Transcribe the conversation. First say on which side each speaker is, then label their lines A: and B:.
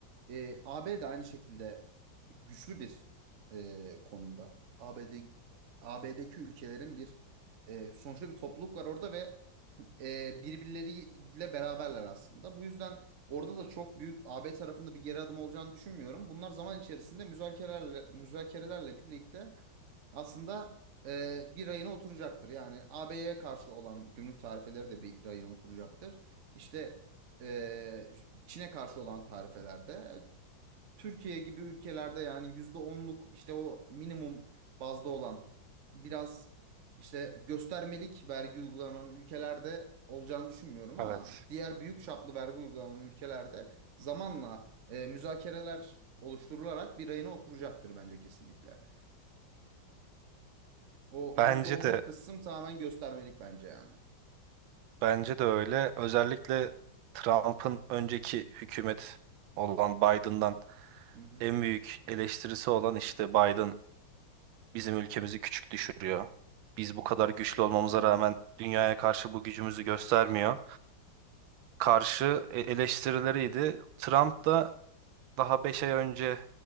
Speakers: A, on the right; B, on the right.
A: E, AB de aynı şekilde güçlü bir e, konumda. ABD, AB'deki ülkelerin bir e, sonuçta bir topluluk var orada ve e, birbirleriyle beraberler aslında. Bu yüzden orada da çok büyük AB tarafında bir geri adım olacağını düşünmüyorum. Bunlar zaman içerisinde müzakerelerle, müzakerelerle birlikte aslında e, bir rayına oturacaktır. Yani AB'ye karşı olan gümrük tarifeleri de bir rayına oturacaktır. İşte e, Çin'e karşı olan tarifelerde Türkiye gibi ülkelerde yani yüzde onluk işte o minimum bazda olan biraz işte göstermelik vergi uygulanan ülkelerde olacağını düşünmüyorum ama
B: Evet.
A: diğer büyük çaplı vergi uygulanan ülkelerde zamanla e, müzakereler oluşturularak bir rayına oturacaktır bence kesinlikle. O yüzde
B: Bence
A: onluk
B: de
A: kısım tamamen göstermelik bence yani.
B: bence de öyle. Özellikle Trump'ın önceki hükümet olan Biden'dan
A: Hı hı.
B: en büyük eleştirisi olan işte Biden bizim ülkemizi küçük düşürüyor. Biz bu kadar güçlü olmamıza
A: Hı hı.
B: rağmen dünyaya karşı bu gücümüzü göstermiyor. Karşı e- eleştirileriydi. Trump da daha 5 ay önce